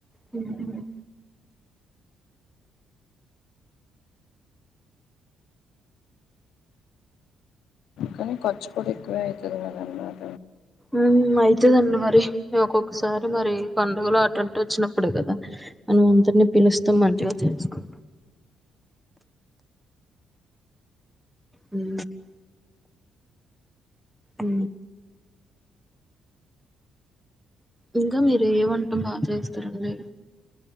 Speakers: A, in the centre; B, on the left.
A: హు
B: కానీ ఖర్చు కూడ ఎక్కువే అయితది <unintelligible>
A: ఉ దండి మరి ఒక్కొక్కసారి మరి పండగలు ఆటంటూ వచ్చినప్పుడు కదా మనం అందరిని పిల్చి పిలుస్త మంచిగా చేసుకు ఉ ఉ ఇంక మీరు ఏ వంట బా చేస్తరండి